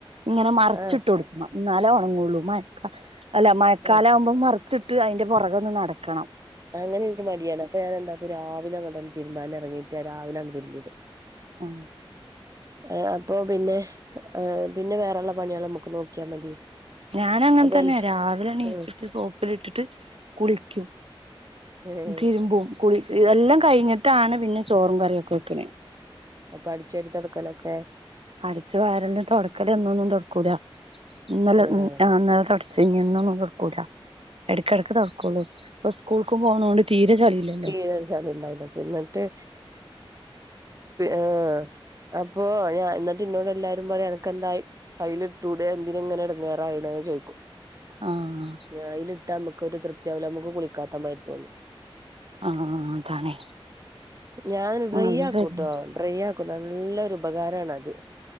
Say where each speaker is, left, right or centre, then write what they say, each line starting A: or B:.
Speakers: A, on the right (about 80°); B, on the right (about 35°).
A: ഇങ്ങനെ മറച്ചിട്ട്
B: ആഹ്
A: കൊടു ക്കണം എന്നാലേ ഒണങ്ങൂള്ളൂ മയക്ക അല്ല മഴക്കാലാവുമ്പോ
B: ആഹ്
A: മറി ച്ചിട്ട് അയ്ന്റെ പുറകെ തന്നേ നടക്കണം
B: അങ്ങനെ എനിക്ക് മടിയാണ് അപ്പൊ ഞാൻ എന്താക്കും രാവിലെ അങ്ങട്ട് തിരുമ്പാൻ ഇറങ്ങീട്ട് രാവിലെ അങ്ങട്ട് തിരുമ്പിയിടും
A: ഉം
B: ഏ അപ്പൊ പിന്നെ ഏ പിന്നെ വേറൊള്ള പണികള് നമ്മക്ക് നോക്കിയാ മതി
A: ഞാനങ്ങനെ
B: അപ്പൊ
A: തന്നെയാ രാവിലെ എണീച്ചിട്ട്
B: ആഹ്
A: സോപ്പിലിട്ടിട്ട് കുളിക്കും.
B: ആഹ്
A: തിരുമ്പും കുളി ഇതെല്ലാം കഴിഞ്ഞിട്ടാണ് പിന്നെ ചോറും കറിയൊക്കെ വെക്കണെ
B: അപ്പോ അടിച്ച് വാരി തുടക്കലൊക്കെ
A: അടിച്ച് വാരലും തൊടക്കല് എന്നും ഒന്നും തൊടക്കൂലാ ഇന്നലെ
B: ആഹ്
A: മി ആ ഇന്നലെ തൊട ച്ച് എന്നൊന്നും തൊടക്കൂല എടക്കെടക്ക് തൊടക്കൂള്ളൂ ഇപ്പ സ്കൂൾക്ക് പോണോണ്ട് തീരെ ചളിയില്ല
B: തീരെ ചളിയുണ്ടാവൂല്ല അപ്പോ എന്നിട്ട് ആഹ് അപ്പൊ ഞാ എന്നിട്ട് എന്നോട് എല്ലാരും പറയാ അനക്കെന്തായി അയയിൽ ഇട്ട് കൂടെ എന്തിനാ ഇങ്ങനെ ഇടങ്ങേറാവണെ എന്ന് ചോയ്ക്കും.
A: ആഹ്
B: ഞാൻ അയയിലിട്ടാ നമ്മക്കൊരു തൃപ്തി ആവൂല്ല നമ്മക്ക് കുളിക്കാത്ത മാതിരി തോന്നും
A: ആഹ് അതാണേ
B: ഞാൻ ഡ്രൈ
A: അത്
B: ആക്കൂട്ടോ
A: ശരി
B: ഡ്രൈ ആക്കും നല്ലൊരു ഉപകാരാണത്.